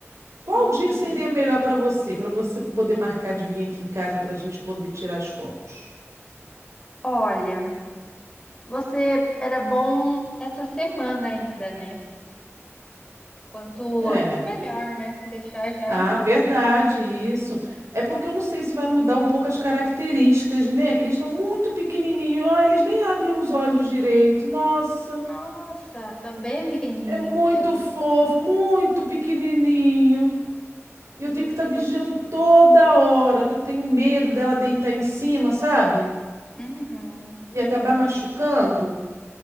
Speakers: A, on the right; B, on the left.
A: qual
B: Uhum.
A: dia seria melhor para você, para você poder marcar de vir aqui em casa para a gente poder tirar as fotos?
B: Olha, você era bom essa semana ainda, né? Quanto
A: É.
B: antes, melhor, né? Deixar já.
A: Ah, verdade, isso. É porque eu não sei se vai mudar um pouco as características, né? Que eles estão muito pequenininhos. Ah, eles nem abrem os olhos direito. Nossa,
B: Nossa, também pequenininho
A: é muito
B: mesmo,
A: fofo,
B: né?
A: muito pequenininho. E eu tenho
B: Que queridinhos.
A: que estar vigiando toda hora, que eu tenho medo dela deitar em cima, sabe?
B: Uhum.
A: E acabar machucando.